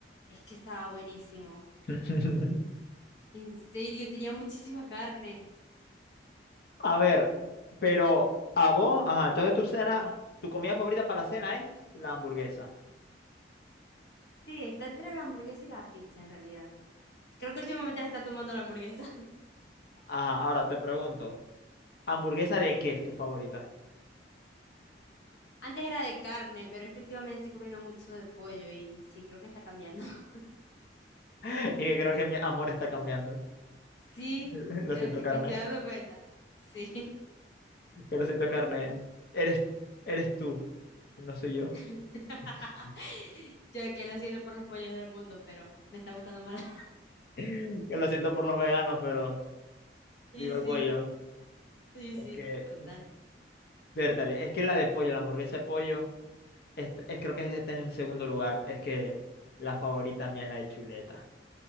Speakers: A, on the left (about 75°); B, on the left (about 55°).
A: Es que estaba buenísimo.
B: <laughs>
A: En serio, tenía muchísima carne.
B: A ver, pero a vos, ajá, entonces tu cena, tu comida favorita para la cena es la hamburguesa.
A: Sí, está entre la hamburguesa y la pizza en realidad. Creo que últimamente la está tomando la hamburguesa. <laughs>
B: Ajá, ahora te pregunto, ¿hamburguesa de qué es tu favorita?
A: Antes era de carne, pero es que últimamente estoy comiendo mucho de pollo y sí, creo que está cambiando. <laughs>
B: <laughs> Y que creo que mi amor está cambiando.
A: Sí,
B: <laughs> Lo
A: yo
B: siento,
A: que
B: carne.
A: me estoy dando cuenta. Sí.
B: Que lo siento, carne. Eres, eres tú, no soy yo.
A: <laughs>
B: <laughs>
A: Yo que lo siento por los pollos del mundo, pero me está gustando más.
B: Que lo siento por los veganos, pero
A: <laughs>
B: viva
A: Y sí,
B: el pollo.
A: y
B: Es
A: sí,
B: que,
A: total.
B: vértale, es que la de pollo, la hamburguesa de pollo. est- es- creo que está en segundo lugar. Es que la favorita mía es la de chuleta.